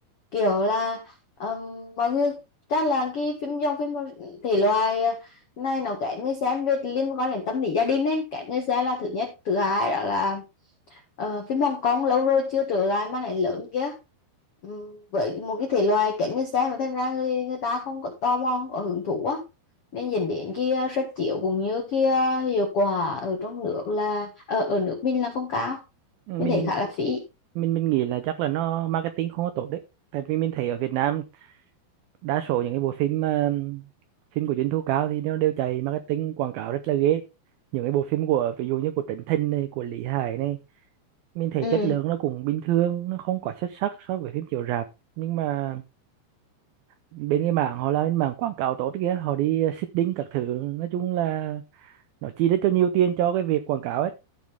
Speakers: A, on the left (about 75°); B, on the right (about 85°).
A: kiểu là ừm, mọi người chắc là cái phim dòng phim thể loại này nó kén người xem về liên quan đến tâm lý gia đình ấy kén người xem là thứ nhất thứ hai đó là Ờ, phim Hồng Kông lâu rồi chưa trở lại mà lại lớn kia Ừm, với một cái thể loại kén người xem mà thành ra người, người ta không có tò mò không có hứng thú á nên dẫn đến cái uh, suất chiếu cũng như cái uh, hiệu quả ở trong nước là ở ở nước mình là không cao
B: mình
A: mình thấy khá là phí
B: mình mình nghĩ là chắc là nó marketing không có tốt đấy tại vì mình thấy ở Việt Nam đa số những cái bộ phim ờ, phim của doanh thu cao thì nó đều chạy marketing quảng cáo rất là ghê những cái bộ phim của ví dụ như của Trấn Thành này của Lý Hải này mình thấy
A: ừ
B: chất lượng nó cũng bình thường nó không quá xuất sắc so với phim chiếu rạp nhưng mà bên cái mảng họ là bên mảng quảng cáo tốt kìa họ đi seeding các thứ nói chung là nó chi rất cho nhiều tiền cho cái việc quảng cáo ấy